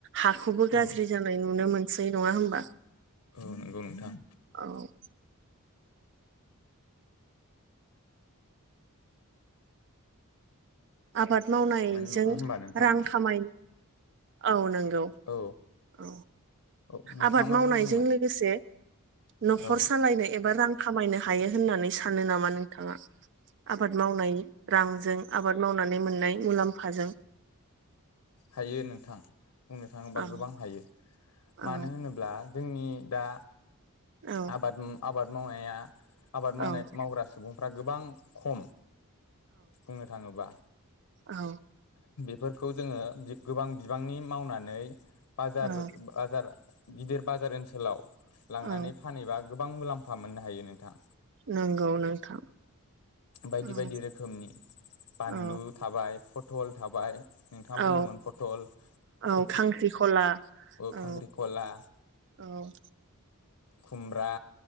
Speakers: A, on the right; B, on the left.
A: हाखौबो गाज्रि
B: औ
A: जानाय नुनो मोनसै दै नङा होमबा
B: औ नंगौ नोंथां।
A: औ आबाद मावनायजों
B: मानो नङा होमबा नोंथां
A: रां खामाय औ नंगौ
B: औ
A: औ
B: औ नोंथाङा
A: आबाद
B: मा
A: मावनायजों
B: बुंदोंमोन
A: लोगोसे नखर
B: औ
A: सालायनो एबा रां खामायनो हायो होननानै सानो नामा नोंथांङा आबाद मावनाय रां आबाद मावनानै मोननाय मुलाम्फाजों
B: हायो नोंथां बुंनो थांङोबा
A: औ
B: गोबां हायो
A: औ
B: मानो होनोब्ला जोंनि दा
A: औ
B: आबाद आबाद मावनाया आबाद मावनाय
A: औ
B: मावग्रा सुबुंफ्रा गोबां खम बुंनो थांङोबा।
A: औ
B: बेफोरखौ जोङो गोबां बिबांनि मावनानै बाजार
A: औ
B: बाजार गिदिर बाजार ओनसोलाव लांनानै
A: औ
B: फानहैबा गोबां मुलाम्फा मोननो हायो नोंथां।
A: नंगौ नोंथां
B: बायदि
A: औ
B: बायदि रोखोमनि बानलु
A: औ
B: थाबाय फथल थाबाय नोंथांङा
A: औ
B: बुंदोंमोन फटल
A: औ
B: स
A: खांख्रिखला
B: ओ
A: औ
B: खांख्रिखला
A: औ
B: खुमब्रा